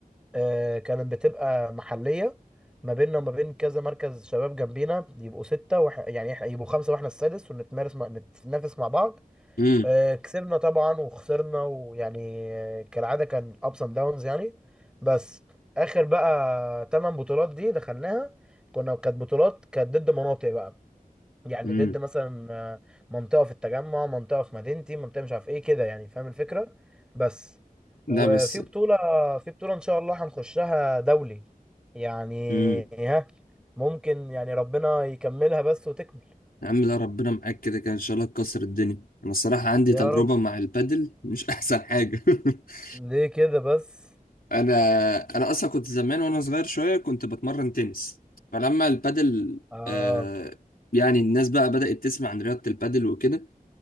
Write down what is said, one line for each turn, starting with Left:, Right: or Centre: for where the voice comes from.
Centre: آه كانت بتبقى محلية ما بيننا وما بين كذا مركز شباب جنبينا يبقوا ستة وإح... يعني إح- يبقوا خمسة واحنا السادس ونتمارس مع... نتنافس مع بعض
Left: امم
Centre: آه، كسبنا طبعا وخسرنا ويعني آه، كالعادة كان ups and downs يعني بس آخر بقى تمن بطولات دي دخلناها كنا كانت بطولات كانت ضد مناطق بقى يعني
Left: امم
Centre: ضد مثلا آه، منطقة في التجمع منطقة في مدينتي منطقة مش عارف ايه كده يعني فاهم الفكرة بس
Left: لا
Centre: وفي
Left: بس
Centre: بطولة في بطولة إن شاء الله هنخشها دولي يعني
Left: امم
Centre: ها ممكن يعني ربنا يكملها بس وتكمل
Left: يا عم لا ربنا معاك كده كده ان شاء الله تكسر الدنيا انا الصراحة عندي
Centre: يا
Left: تجربة
Centre: رب
Left: مع البادل مش احسن حاجة <laughs>
Centre: ليه كده بس
Left: انا انا اصلا كنت زمان وانا صغير شويه كنت بتمرن تنس فلما البادل
Centre: آه
Left: آه يعني الناس بقى بدأت تسمع عن رياضه البادل وكده